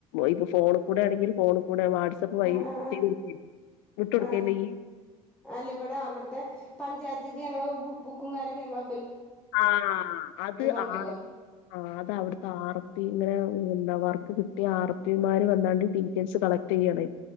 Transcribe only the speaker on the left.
ഇപ്പൊ ഫോണ്കൂടെ ആണെങ്കില് ഫോ ണ്കൂടെ വാട്സആപ്പ് വഴി
ചെയ്തൊട്ത്തീനൊ വിട്ടൊട്കേണ്ടോ
ഇയ്യ്
ആ അത്
ആ ആ അത് അവിട്ത്തെ ആർപ്പിങ്ങനെ ഉം എന്താ അവർക്ക് കിട്ടിയ ആർ പിമാര് വന്നാണ്ട് ഡീറ്റെയിൽസ് കളക്ട്യ്യാണ